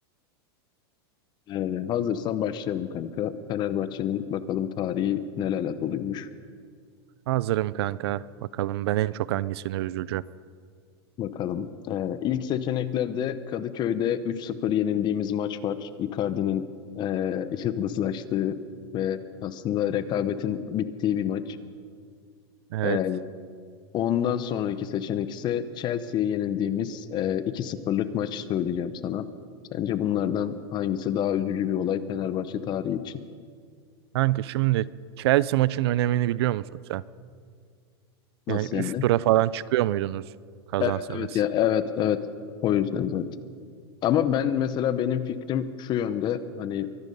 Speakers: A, on the left; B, on the right.
A: Ee, hazırsan başlayalım kanka. Fenerbahçe'nin bakalım tarihi nelerle doluymuş.
B: Hazırım kanka. Bakalım ben en çok hangisini üzüleceğim.
A: Bakalım. Ee, ilk seçeneklerde Kadıköy'de 3-0 yenildiğimiz maç var. Icardi'nin ee, <laughs> yıldızlaştığı ve aslında rekabetin bittiği bir maç.
B: Evet.
A: Ee, ondan sonraki seçenek ise Chelsea'ye yenildiğimiz ee, 2-0'lık maç söyleyeceğim sana. Sence bunlardan hangisi daha üzücü bir olay Fenerbahçe tarihi için?
B: Kanka şimdi Chelsea maçın önemini biliyor musun sen?
A: Nasıl
B: Yani üst
A: yani?
B: tura falan çıkıyor muydunuz kazansanız?
A: Evet evet ya evet evet o yüzden zaten. Ama ben mesela benim fikrim şu yönde hani